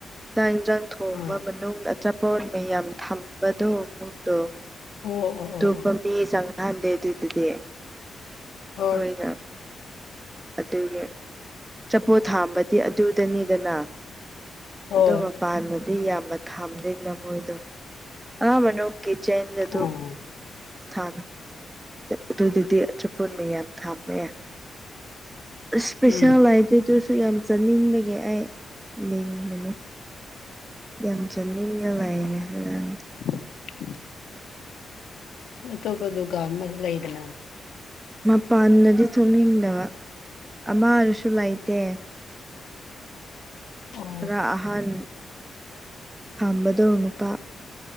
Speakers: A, on the right; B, on the left.
A: ꯆꯥꯡꯟꯖꯪ ꯊꯣꯡꯕ
B: ꯑꯥ
A: ꯃꯅꯨꯡ ꯑꯆꯥꯄꯣꯣꯟ ꯃꯌꯥꯝ ꯊꯝꯕꯗꯨꯣ ꯑꯣ
B: ꯑꯣ ꯑꯣ
A: ꯑꯇꯣꯞꯄ
B: ꯑꯣ ꯑꯣ
A: ꯃꯤ ꯆꯪꯅꯍꯟꯗꯦ ꯑꯗꯨꯏꯗꯨꯗꯤ
B: ꯍꯣꯏ
A: ꯃꯣꯏꯅ ꯑꯗꯨꯒꯤ ꯆꯄꯣꯠ ꯊꯥꯝꯕꯗꯤ ꯑꯗꯨꯗꯅꯤꯗꯅ
B: ꯍꯣꯏ
A: ꯑꯗꯨꯒ ꯄꯥꯟꯕꯗꯤ ꯌꯥꯝꯅ ꯊꯥꯝꯗꯦꯅ ꯃꯣꯏꯗꯣ ꯑꯝꯕꯅꯨ ꯀꯤꯆꯦꯟ ꯑꯗꯨ
B: ꯎꯝ
A: ꯊ ꯑꯗꯨꯗꯗꯤ ꯑꯆꯄꯣꯜ ꯃꯌꯥꯝ ꯊꯝꯃꯦ ꯏꯁꯄꯦꯁꯜ
B: ꯎꯝ
A: ꯥꯏꯗ ꯇꯨꯁꯨ ꯌꯥꯝ ꯆꯠꯅꯤꯡꯕꯒꯦ ꯑꯩ ꯌꯦꯅꯤꯡꯕꯅꯦ ꯌꯥꯝ ꯆꯠꯅꯤꯡꯉ ꯂꯥꯏꯦ ꯍꯥꯏꯅ
B: <inaudible> ꯑꯇꯣꯞꯄ ꯗꯨꯀꯥꯟ ꯑꯃꯁꯁꯨ ꯂꯩꯗꯅ
A: ꯃꯄꯥꯟꯗꯗꯤ ꯊꯣꯛꯅꯤꯡꯗꯕ ꯑꯃꯔꯁꯨ ꯂꯩꯇꯦ
B: ꯑꯣ
A: ꯈꯔ ꯑꯍꯥꯟ ꯍꯝꯕꯗꯧ ꯅꯨꯄꯥ